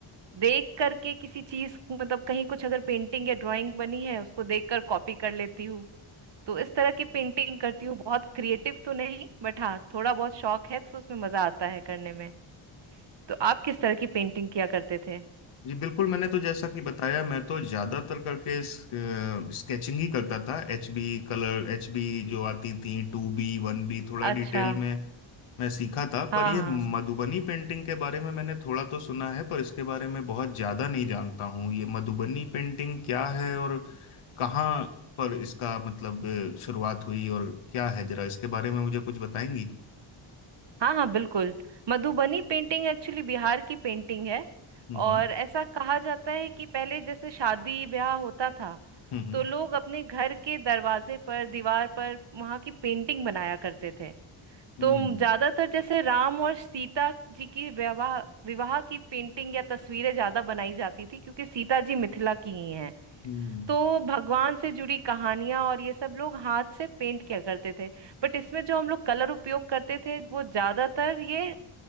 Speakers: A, on the right (about 55°); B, on the left (about 80°).
A: देख करके किसी चीज मतलब कहीं कुछ अगर पेंटिंग या ड्राइंग बनी है उसको देख कर कॉपी कर लेती हूँ तो इस तरह की पेंटिंग करती हूँ बहुत क्रिएटिव तो नहीं बट हाँ थोड़ा बहुत शौक है तो उसमें मजा आता है करने में तो आप किस तरह की पेंटिंग किया करते थे
B: जी बिल्कुल मैंने तो जैसा कि बताया मैं तो ज़्यादातर करके स्केचिंग ही करता था H B colour H B जो आती थी टू बी वन बी थोड़ा
A: अच्छा
B: डिटेल में मैं सीखा था
A: हाँ
B: पर ये
A: हाँ
B: मधुबनी पेंटिंग के बारे में मैंने थोड़ा तो सुना है पर इसके बारे में बहुत ज्यादा नहीं जानता हूँ ये मधुबनी पेंटिंग क्या है और कहाँ पर इसका मतलब अ, शुरुआत हुई और क्या है जरा इसके बारे में मुझे कुछ बताएंगी
A: हाँ हाँ बिल्कुल मधुबनी पेंटिंग एक्चुअली बिहार की पेंटिंग है
B: हम्म
A: और ऐसा कहा जाता है कि पहले जैसे शादी ब्याह होता था
B: हम्म हम्म
A: तो लोग अपने घर के दरवाजे पर दीवार पर वहाँ की पेंटिंग बनाया करते थे
B: हम्म,
A: तुम ज्यादातर जैसे राम और सीता जी की विवाह विवाह की पेंटिंग या तस्वीरें ज्यादा बनाई जाती थी क्योंकि सीता जी मिथिला की ही हैं
B: हम्म,
A: तो भगवान से जुड़ी कहानियां और ये सब लोग हाथ से पेंट किया करते थे बट इसमें जो हम लोग कलर उपयोग करते थे वो ज्यादातर ये